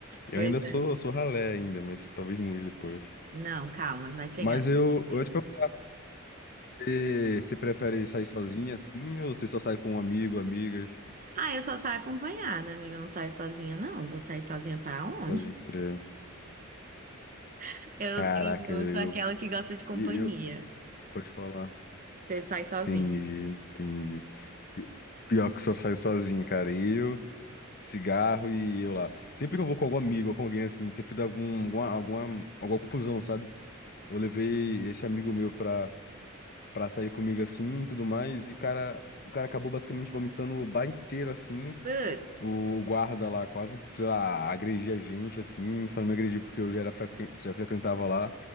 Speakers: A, on the left; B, on the right.
A: Eu
B: pois
A: ainda sou,
B: é.
A: sou ralé ainda, mas talvez mude depois.
B: Não, calma, vai chegar.
A: Mas
B: lá.
A: eu, eu ia te perguntar. Você você prefere sair sozinha assim ou você só sai com um amigo, amigas?
B: Ah, eu só saio acompanhada, amiga. Eu não saio sozinha, não. Vou sair sozinha pra onde?
A: Pode crer.
B: <laughs> Eu,
A: Caraca,
B: eu
A: eu,
B: sou aquela que gosta de companhia.
A: eu, eu- pode falar.
B: Você sai sozinha.
A: Entendi, entendi. Pi- Pior que só saio sozinho, cara. Eu, cigarro e eu lá. Sempre que eu vou com algum amigo ou com alguém assim, sempre dá algum, alguma, alguma, alguma confusão, sabe? Eu levei esse amigo meu pra, pra sair comigo assim e tudo mais, e o cara, o cara acabou basicamente vomitando o bar inteiro assim.
B: Putz,
A: O guarda lá quase, sei lá, agredia a gente, assim, só não me agrediu porque eu já era frequen- já frequentava lá,